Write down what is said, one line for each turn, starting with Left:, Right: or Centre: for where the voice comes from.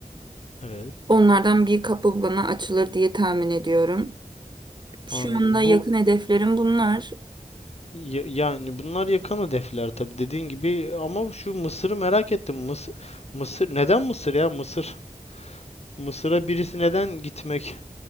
Left: evet
Right: Onlardan bir kapı bana açılır diye tahmin ediyorum. Şu
Left: anladım.
Right: anda yakın
Left: Bu
Right: hedeflerim bunlar.
Left: ya- yani bunlar yakın hedefler tabii dediğin gibi ama şu Mısır'ı merak ettim. Mısır, Mısır neden Mısır ya Mısır? Mısır'a birisi neden gitmek